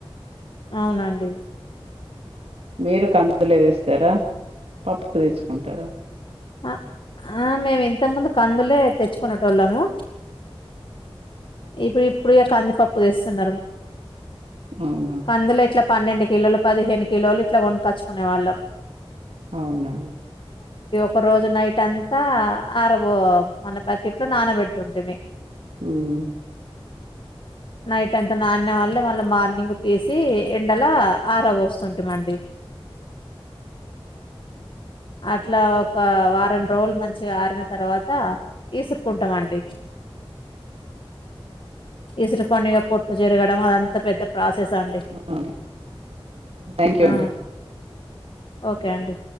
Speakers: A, on the left; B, on the right.
A: అవునాండి
B: మీరు కందులే వేస్తారా పప్పు తెచ్చుకుంటారా
A: ఆ ఆ మేము ఇంత ముందు కందులే తెచ్చుకునేటోళ్ళము ఇప్పుడు ఇప్పుడె కందిపప్పు తెస్తున్నారు
B: అవునా
A: కందులు ఇట్లా పన్నెండు కిలోలు పదిహేను కిలోలు ఇట్లా కొనుక్కొచ్చుకునేవాళ్ళం
B: అవునా
A: ఒక రోజు నైట్ అంతా అరబో మన బకెట్లో నానబెడుతుంటిమి
B: ఉమ్
A: నైట్ అంత నాణ్యవాల్లే మళ్ళీ మార్నింగ్ తీసి ఎండల ఆర పోస్తు మండి అట్లా ఒక వారం రోజులు మంచిగా ఆరిన తర్వాత ఇసురుకుంటమండి ఇసురికొని పొట్టు చరగడం అదంత పెద్ద ప్రాస స్ అండి
B: అవును థ్యాంక్ యూ
A: ఆ
B: అండి
A: ఓకే అండి